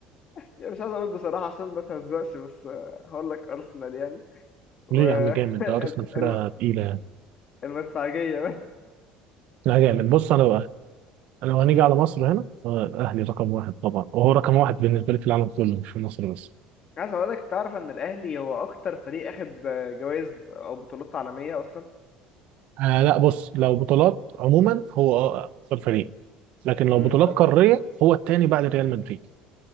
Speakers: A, on the left; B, on the right.
A: يعني مش عايز اقول بصراحه عشان ما تهزقش بس آه، هقول لك ارسنال يعني و
B: ليه
A: <laughs>
B: يا عم جامد ده ارسنال
A: ال-
B: فرقه
A: الم-
B: تقيله يعني
A: المدفعجيه بس
B: لا جامد بص انا بقى انا لو هنيجي
A: أمم.
B: على مصر هنا الاهلي رقم واحد طبعا وهو رقم واحد بالنسبه لي في العالم كله مش في مصر بس
A: عايز اقول لك تعرف ان الاهلي هو اكتر فريق اخد جوائز او بطولات عالميه اصلا
B: آه لا بص لو بطولات عموما هو اه آه، اكثر فريق لكن لو
A: امم
B: بطولات قاريه هو الثاني بعد ريال مدريد